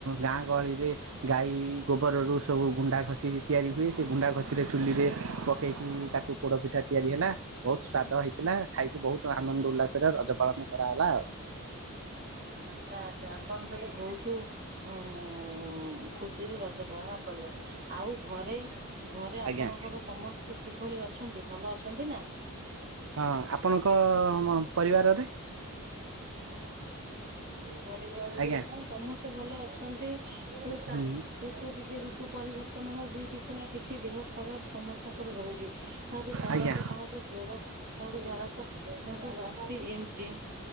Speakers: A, on the right; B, on the right.
A: ଗାଁ ଗହଳିରେ ଗାଈ ଗୋବରରୁ ସବୁ ଗୁଣ୍ଡା ଘଷ ତିଆରି ହୁଏ ସେ ଗୁଣ୍ଡା ଘଷିରେ ଚୁଲିରେ ପକେଇକି ତାକୁ ପୋଡ ପିଠା ତିଆରି ହେଲା। ବହୁତ୍ ସ୍ଵାଦ ହେଇଥିଲା ଖାଇକି ବହୁତ ଆନନ୍ଦ ଉଲ୍ଲାସରେ ରଜ ପାଳନ କରାହଲା ଆଉ
B: ଆଚ୍ଛା ଆଚ୍ଛା ଆପଣ ତାହେଲେ ବହୁତ୍ ଉଁ ଖୁସିରେ ରଜ ପାଳନ କଲେ ଆଉ ଘରେ ଘରେ ଆପଣଙ୍କର
A: ଆଜ୍ଞା।
B: ସମସ୍ତେ କିଭଳି ଅଛନ୍ତି ଭଲ ଅଛନ୍ତି ନା।
A: ହଁ ଆପଣଙ୍କ ପରିବାରରେ
B: ପରିବାରରେ
A: ଆଜ୍ଞା
B: ହଁ ସମସ୍ତେ ଭଲ ଅଛନ୍ତି କା
A: ହୁଁ
B: ଯେହେତୁ ଟିକେ ଋତୁ ପରିବର୍ତ୍ତନ ହଉଛି କିଛି ନା କିଛି ଦେହ ଖରାପ ସମସ୍ତଙ୍କର ରହୁଛି କାହାକୁ ଥଣ୍ଡା
A: ଆଜ୍ଞା
B: ତ କାହାକୁ ଜ୍ଵର କାହାକୁ ଝାଡ଼ା ତ କାହାକ୍ ବାନ୍ତି ଏମିତି